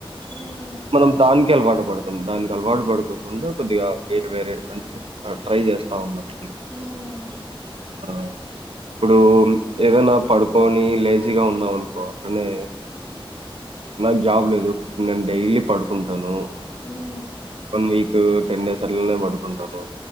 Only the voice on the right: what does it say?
మనం దానికి అలవాటు పడుతాం దానికి అలవాటు పడుకోకుండా కొద్దిగా వేరే వేరే అంటే ట్రై చేస్తా ఉన్నాం
ఆ ఇప్పుడు ఏదనా పడుకొని లేజీగా ఉన్నాం అనుకో అట్లానే నాకు జాబ్ లేదు నేను డైలీ పడుకుంటాను
వన్ వీక్ టెన్ డేస్ అలానే పడుకుంటాారు